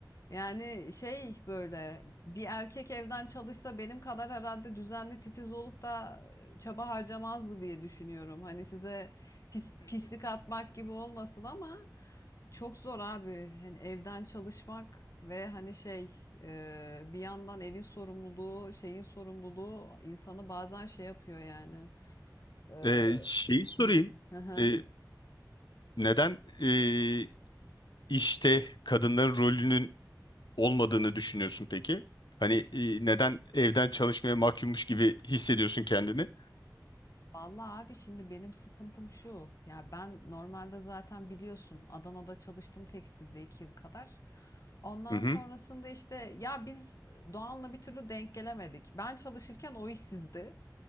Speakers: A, on the left (about 50°); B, on the left (about 85°).
A: Yani şey böyle bir erkek evden çalışsa benim kadar herhalde düzenli titiz olup da çaba harcamazdı diye düşünüyorum. Hani size pis, pislik atmak gibi olmasın ama çok zor abi. Hani evden çalışmak ve hani şey e, bir yandan evin sorumluluğu, şeyin sorumluluğu insanı bazen şey yapıyor yani. E,
B: Ee, şeyi sorayım.
A: din- Hı hı.
B: Ee, neden ee, işte kadınların rolünün olmadığını düşünüyorsun peki? Hani ee, neden evden çalışmaya mahkummuş gibi hissediyorsun kendini?
A: Vallahi abi şimdi benim sıkıntım şu. Ya ben normalde zaten biliyorsun Adana'da çalıştım tekstilde 2 yıl kadar. Ondan
B: Hı hı.
A: sonrasında işte ya biz Doğan'la bir türlü denk gelemedik. Ben çalışırken o işsizdi.